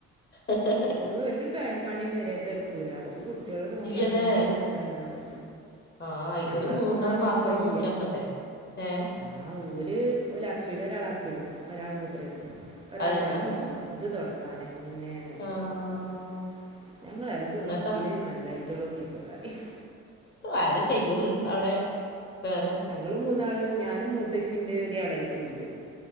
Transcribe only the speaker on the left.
അ
ഇയ്യലേ
ആഹ് ഇവര്
പൂർണ്ണവും
പാത്രവും
നോക്കി നടക്കണ്ടേ ഏഹ്
അതന്നെന്ന്
ആഹ്
ഇന്നത്താ
ആര് ചെയ്യും അവിടെ വേറെ